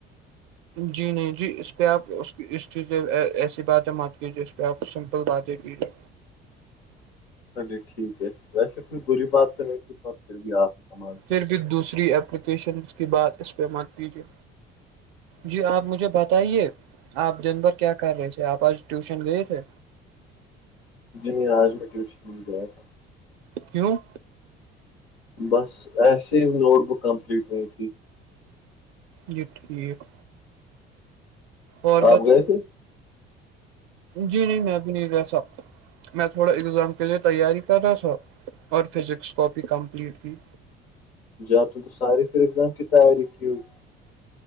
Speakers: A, on the right; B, on the left.
A: جی نہیں جی اس پہ آپ اس اس چیز ایسی باتیں مت کیجیے اس کہ آپ سمپل باتیں کیجیے
B: چلیے ٹھیک ہے ویسے کوئی بری بات نہیں تھی پھر بھی آپ ہی کمال
A: پھر
B: بات
A: بھی دوسری اپپلیکیشن کی بات اس پہ مت کیجیے جی آپ مجھے بتائیے آپ دن بھر کیا کر رہے تھے آپ آج ٹیوشن گئے تھے
B: جی نہیں آج میں ٹیوشن نہیں گیا تھا
A: کیوں
B: بس ایسے ہی نوٹ بک کمپلیٹ نہیں تھی
A: جی ٹھیک اور
B: آپ
A: بتاؤ
B: گئے تھے
A: جی نہیں میں بھی نہیں گیا تھا میں تھوڑا اگزام کے لیے تیاری کر رہا تھا اور فزکس کاپ کمپلیٹ کی
B: جا تم تو ساری پھر ایگزام کی تیاری کی ہوگی